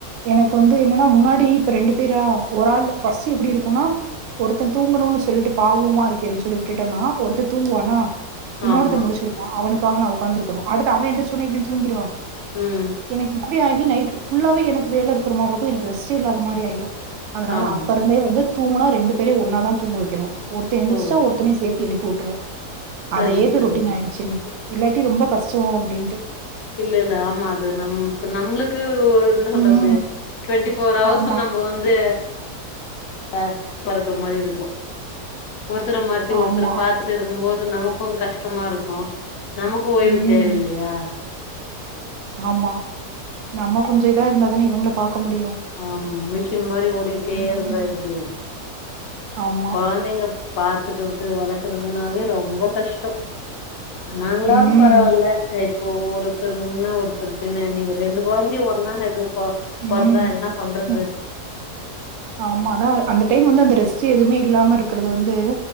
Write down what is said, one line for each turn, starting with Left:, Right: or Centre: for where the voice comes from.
Right: எனக்கு வந்து என்னன்னா முன்னாடி இப்ப ரெண்டு பேரா ஒரு ஆள் ஃபர்ஸ்ட் எப்படி இருக்கும்னா ஒருத்தே தூங்கணுன்னு சொல்லிட்டு பாவமா இருக்ககேன்னு சொல்லி விட்டுட்டம்னா ஒருத்தே தூங்குவானா இன்னொருத்த
Left: ஆமா
Right: முடிச் அவனுக்காக நா உட்குந்து இருக்கனு அடுத்து அவன் எந்திரச்ச உடனே இவன் தூங்கிருவான்
Left: உ
Right: எனக்கு இப்படி ஆகி நைட் ஃபுல்லாவே எனக்கு வேல இருக்குற மாரி இருக்கு எனக்கு ரெஸ்ட் இல்லாத மாதிரி ஆயிடும் அதுனால
Left: ஆமா
Right: அப்ப இருந்தே வந்து தூங்கினா ரெண்டு பேரையு ஒன்னா தா தூங்க வைக்கணு ஒருத்த எந்திரச்சா
Left: ஓ
Right: ஒருத்தநாயு சேர்த்து எழுப்பி விற்றுவே
Left: சரிங்க
Right: அதே இது
Left: சகோதரி
Right: ரொட்டீன் ஆயிடுச்சு எனக்கு இல்லாட்டி ரொம்ப கஷ்டோ அப்படின்ட்டு
Left: இல்ல இல்ல ஆமா அது நம் நம்மளுக்கு ஒரு என்ன சொல்றது
Right: ம்
Left: டுவெண்டி இப்ப அவர்ஸ்நா
Right: ஆமா
Left: நம்ம வந்து அ பறக்கற மாரி இருக்கு ஒருத்தர மாத்தி ஒருத்தர
Right: ஆமா
Left: பாத் துட்ருக்கும் போது நமக்கு கஷ்டமா இருக்கு நமக்கு ஓய்வு
Right: ம்
Left: தேவயில்லையா
Right: ஆமா நம்ம கொஞ்சோ இதா இருந்தாதானே இவ்ங்கள பாக்க முடியு
Left: ஆம் மிஷின் மாரி ஓடிக்கிட்டே
Right: ம்
Left: இருந்தா எப்டி அது
Right: ஆமா
Left: கொழந்தைங்க பாத்துக்கிறது வளக்கறதுனாவே ரொம்ப கஷ்டோ அ நாங்களாவ்து
Right: ம்
Left: பரவால்ல இப்போ ஒருத்தர் முன்ன ஒருத்தர் பின்ன நீங்க ரெண்டு கொழந்தைய ஒன்னா ஹேண்டுல் ப
Right: ம்
Left: தா என்ன பண்றது
Right: ம் ஆமா அதா அந்த டைம் வந்து அந்த ரெஸ்ட் எதுவுமே இல்லாம இருக்குறது வந்து